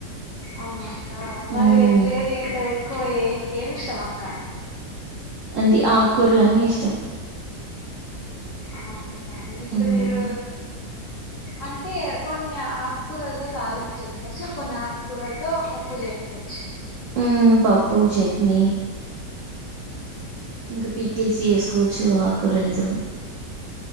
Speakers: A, on the left; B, on the right.
A: అవునక్క మరి
B: మ్మ్
A: వెజిటేరియన్ లో ఎక్కువ ఏ ఏమిష్టమక్క
B: అంటి ఆక్కూరలన్ని ఇష్టం
A: ఆ అక్క ఇప్పుడు
B: మ్మ్
A: మీరు అంటే కొన్ని ఆకుకూరలతో తాలింపుజెసుకోవచ్చు కొన్ని ఆకుకూరలతో పప్పుజెసుకోవచ్చు
B: ఉమ్ పప్పు చట్నీ ఇంకా పీకిల్స్ చేసుకోవచ్చు ఆక్కురలతో